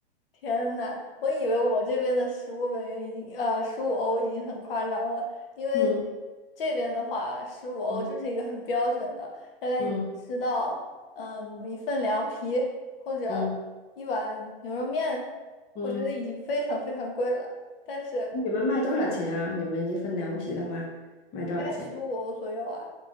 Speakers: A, on the left; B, on the left.
A: 天呐，我以为我这边的十五美元已经呃十五欧已经很夸张了，因为这边的话十五欧就是一个很标准的，
B: 嗯嗯
A: 大概你吃到嗯一份凉皮或者一碗牛肉面，
B: 嗯嗯嗯。
A: 我觉得已经非常非常贵了，但是
B: 你们卖多少钱啊？你们一份凉皮的话，卖多少钱？
A: 大概十五欧左右啊，